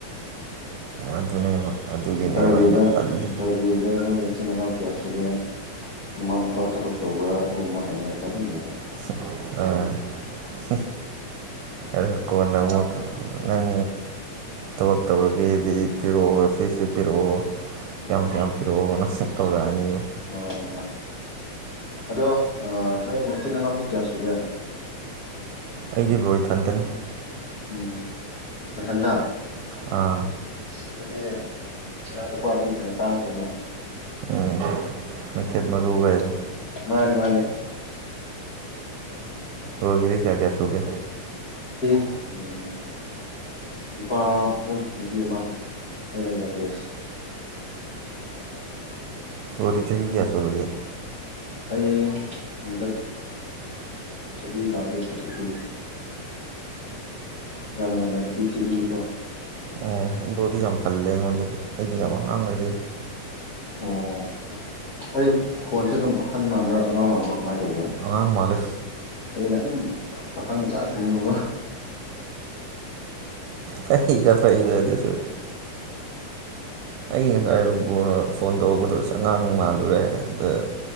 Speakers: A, on the right; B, on the left.
A: ꯑꯗꯨꯅꯦꯕ ꯑꯗꯨꯒꯤꯅꯦꯕ
B: ꯏꯟꯇꯔꯚꯤꯌꯨꯗ
A: ꯑꯩꯅ ꯇꯜꯂꯤ
B: ꯏꯟꯇꯔꯚꯤꯌꯨꯗ ꯅꯣꯏ ꯏꯆꯤꯟ ꯏꯅꯥꯎ ꯀꯌꯥ ꯁꯨꯒꯦ ꯅꯃꯥ ꯅꯄꯥ ꯊꯕꯛ ꯇꯧꯕ꯭ꯔꯥ ꯑꯗꯨꯒꯨꯝꯕ ꯍꯪꯉꯛꯄ ꯑꯗꯨꯝꯕ
A: ꯁꯤ ꯑꯥ ꯁꯤ ꯑ ꯀꯣꯟꯅ ꯑꯃꯨꯛ ꯅꯪ ꯊꯕꯛ ꯇꯧꯔꯒꯦꯗꯤ ꯄꯤꯔꯛꯑꯣ ꯁꯤ ꯄꯔꯣ
B: ꯎꯝ
A: ꯌꯥꯝ ꯌꯥꯝ ꯄꯤꯔꯛꯑꯣ ꯅꯪ ꯇꯧꯔꯛꯑꯅꯤꯕ
B: ꯃꯥꯅꯦ ꯃꯥꯅꯦ ꯑꯗꯣ ꯅꯣꯏ ꯃꯆꯤꯟ ꯃꯅꯥꯎꯗꯤ ꯀꯌꯥ ꯁꯨꯒꯦ
A: ꯑꯩꯗꯤ ꯕꯣ ꯏꯊꯟꯇꯅꯦ
B: ꯎꯝ ꯅꯊꯟꯗ
A: ꯑꯥ
B: ꯑꯁ ꯑꯗꯨꯗꯤ ꯀꯅꯥ ꯂꯨꯄꯥꯗꯨ ꯍꯦꯟꯅ ꯇꯥꯡꯈ꯭ꯔꯦꯅꯦ
A: ꯎꯝ ꯃꯩꯈꯦꯠꯃꯔꯨꯕꯥꯏ ꯑꯗꯨꯝ
B: ꯃꯥꯅꯦ ꯃꯥꯅꯦ
A: ꯕꯥꯒꯤꯗꯤ ꯀꯌꯥ ꯀꯌꯥꯁꯨ ꯎꯒꯦ
B: ꯎꯝ ꯅꯨꯨꯄꯥ ꯑꯍꯨꯝ ꯅꯨꯄꯤ ꯑꯃ ꯑꯩꯅ ꯌꯪꯒꯦꯁ
A: ꯑꯣꯗꯤ ꯆꯍꯤ ꯀꯌꯥꯁꯨꯂꯒꯦ
B: ꯑꯩ ꯍꯟꯗꯛ ꯆꯍꯤꯍꯤ ꯂꯥꯡꯗ ꯊꯥꯔꯇꯤ ꯇꯨ ꯌꯥꯝ ꯉꯟꯅ ꯅꯨꯄꯤ ꯊꯤꯕꯤꯀꯣ
A: ꯑꯣ ꯕꯣꯗꯤ ꯑꯩꯗꯤ ꯌꯥꯝ ꯑꯉꯥꯡ ꯑꫭꯏꯔꯤ
B: ꯑꯣ ꯑꯩ ꯐꯣꯟꯁꯦ ꯑꯗꯨꯝ ꯑꯍꯟ ꯃꯥꯟꯕ꯭ꯔꯥ ꯑꯉꯥꯡ ꯃꯥꯟꯕ꯭ꯔꯥ ꯀꯃꯥꯏꯅ ꯇꯧ
A: ꯑꯉꯥꯡ ꯃꯥꯜꯂꯦ
B: ꯇ ꯑꯩꯅ ꯑꯗꯨꯝ ꯄꯥꯈꯪ ꯃꯆꯥ ꯁꯥꯅꯤꯡꯕꯒꯣ
A: ꯐꯩꯗ ꯐꯩꯗ ꯑꯗꯨꯁꯨ ꯑꯩ ꯉꯁꯥꯏ
B: ꯎꯝ
A: ꯐꯣꯟ ꯇꯧꯔꯛꯄꯗꯣ ꯑꯉꯥꯡ ꯃꯥꯜꯂꯨꯔꯦ ꯑꯗ